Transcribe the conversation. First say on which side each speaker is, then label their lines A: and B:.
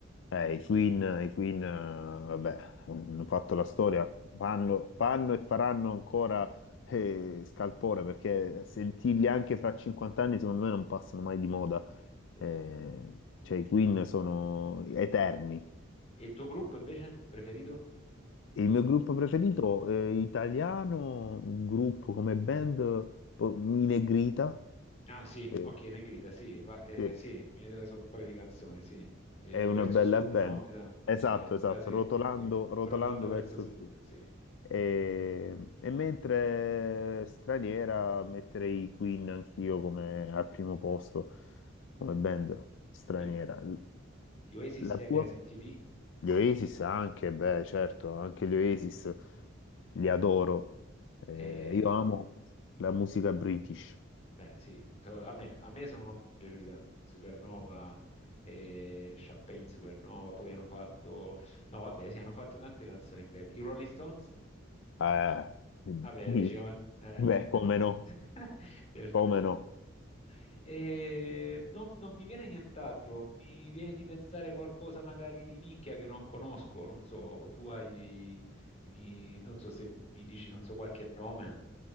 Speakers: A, on the left; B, on the left.
A: eh, i Queen, i Queen, eh, vabbè, hanno fatto la storia, fanno, fanno e faranno ancora eh, scalpore perché sentirli anche fra 50 anni secondo me non passano mai di moda.
B: Eh, sì.
A: Eh,
B: E
A: cioè i
B: e
A: Queen sono eterni.
B: il tuo gruppo invece preferito?
A: Il mio gruppo preferito eh, italiano, un gruppo come band, po- i Negrita,
B: Ah sì,
A: che
B: ok, Negrita, sì, va- eh,
A: che
B: sì, mi vedeva solo un paio di canzoni, sì. Eh,
A: è una
B: verso
A: bella
B: sud,
A: band.
B: no? Mi sa.
A: Esatto,
B: Cioè,
A: esatto,
B: eh, sì,
A: rotolando,
B: sì.
A: rotolando
B: Rotolando verso
A: verso
B: sud,
A: il sud.
B: sì.
A: E, e mentre straniera metterei i Queen anch'io come al primo posto come band straniera.
B: Gli gli Oasis
A: La
B: li
A: tua?
B: abbiamo sentiti?
A: Gli Oasis anche, beh, certo, anche gli Oasis li adoro. Eh,
B: Eh,
A: io amo la musica british.
B: beh, sì, So- a me, a me sono piaciuti tanto. Supernova, eh, Champagne Supernova, poi hanno fatto... No, vabbè, sì, hanno fatto tante canzoni belle. I Rolling Stones?
A: Eh, sì.
B: Vabbè, diciamo... eh.
A: beh, come
B: <laughs>
A: no,
B: Certo,
A: come
B: certo.
A: no.
B: E non, non mi viene nient'altro, mi viene di pensare qualcosa magari di nicchia che non conosco, non so, tu hai, mi- non so se mi dici, non so, qualche nome.